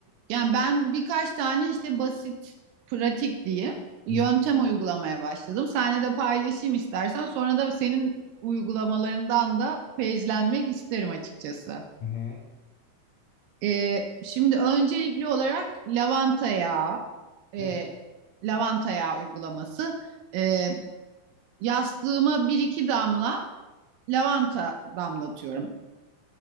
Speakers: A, on the right; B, on the left.
A: yani ben birkaç tane işte basit pratik diye yöntem
B: Hı hı.
A: uygulamaya başladım. Seninle de paylaşayım istersen. Sonra da senin uygulamalarından da feyizlenmek isterim açıkçası.
B: hı
A: Ee, şimdi öncelikli olarak lavanta yağı, e,
B: hı.
A: lavanta yağı uygulaması. Ee, yastığıma bir iki damla lavanta damlatıyorum.